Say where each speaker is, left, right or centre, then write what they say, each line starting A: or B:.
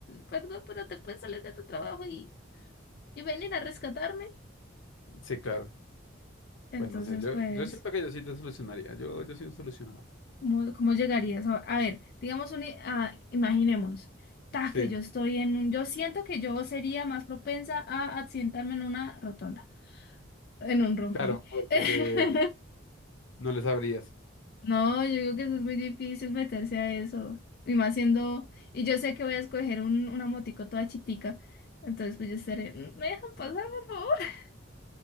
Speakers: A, on the left; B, on the left.
A: perdón, pero te puedes salir de tu trabajo y... ¿Y venir a rescatarme?
B: Sí, claro.
A: Entonces,
B: Pues no sé, yo,
A: pues,
B: yo siento que yo sí te solucionaría. Yo, yo soy un solucionador.
A: ¿cómo, cómo llegarías? A a ver, digamos, un, ah, imaginémonos, ta,
B: Sí,
A: que yo estoy en un, yo siento que yo sería más propensa a accidentarme en una rotonda, en un rompoy.
B: claro, porque
A: <laughs>
B: No le sabrías.
A: No, yo digo que eso es muy difícil meterse a eso. Y más siendo, y yo sé que voy a escoger un, una motico toda chitica. Entonces, pues yo estaré, "Mm, ¿me dejan pasar, por favor? <laughs>